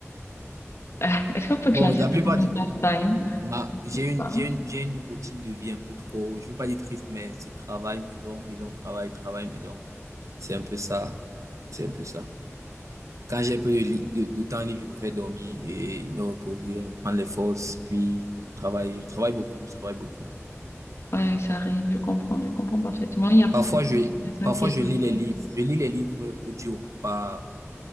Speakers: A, on the left; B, on the right.
A: Ah, Est-ce qu'on peut classer
B: Bon, la
A: ça
B: plupart
A: comme
B: du...
A: un passe-time?
B: Ma... J'ai une,
A: Hein.
B: j'ai une, j'ai une routine de vie un peu trop... Je veux pas dire triste, mais c'est travail, maison, maison, travail, travail, maison. C'est un peu ça. C'est un peu ça. Quand j'ai un peu de, li- de, de temps libre, je préfère dormir et me reposer, prendre les forces, puis travailler. Je travaille beaucoup, je travaille beaucoup.
A: Ouais, ça arrive. Je comprends. Je comprends parfaitement. Il y a
B: Parfois,
A: beaucoup
B: je,
A: de personnes
B: parfois,
A: qui
B: je
A: sont.
B: lis les livres. Je lis les livres audio, pas,